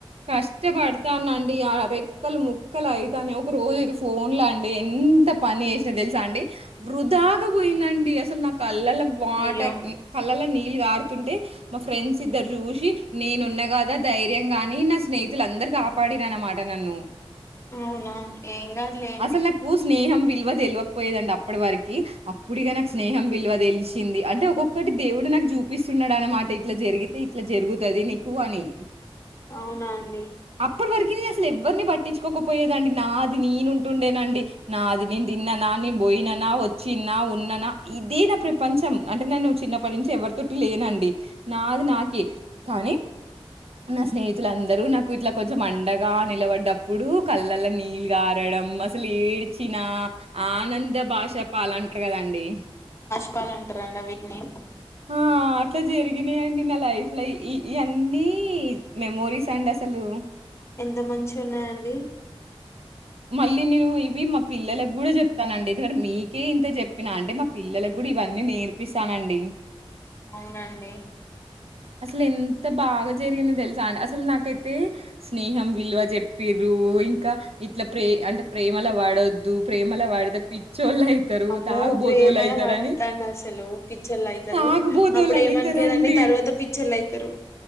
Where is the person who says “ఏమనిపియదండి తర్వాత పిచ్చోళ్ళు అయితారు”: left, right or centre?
Left